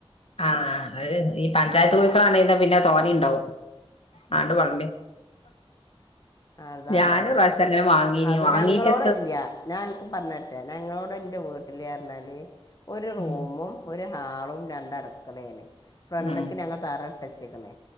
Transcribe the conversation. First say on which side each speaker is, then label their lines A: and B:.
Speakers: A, on the left; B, on the left.
A: ആ അത് ഈ പഞ്ചായത്ത് കോഴിക്കാളാണേല് ആ പിന്നെ തോനേണ്ടാവും. ആണ്ട് വളമ്പി
B: ആതാണോ?
A: ഞാനും ഒറാശ്യം അങ്ങനെ വാങ്ങീനി
B: അത്
A: വാങ്ങീട്ടെത്ത
B: ഞങ്ങളോട ഇല്ല്യ. ഞാൻ അനക്ക് പറഞ്ഞരട്ടെ ഞങ്ങളോട് ഇന്റെ വീട് ട് പറഞ്ഞാല് ഒര് റൂമും
A: ഉം
B: ഒര് ഹാളും രണ്ടടക്കളയാണ്. ഫ്രണ്ടക്ക്
A: ഉം
B: ഞങ്ങള് തറ ഇട്ടച്ചിക്ക്ണ്.